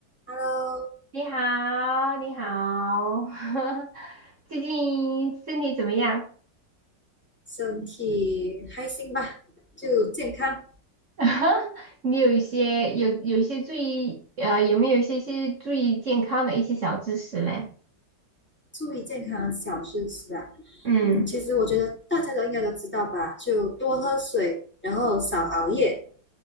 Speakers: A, in the centre; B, on the right.
A: Hello，
B: 你好，你好，<laughs> 最近身体怎么样？
A: 身体开心吧，就健康，
B: <laughs> 你有一些有有一些注意呃，有没有一些些注意健康的一些小知识嘞？
A: 注意健康小事是啊。
B: 嗯，
A: 嗯，其实我觉得大家都应该都知道吧，就多喝水，然后少熬夜，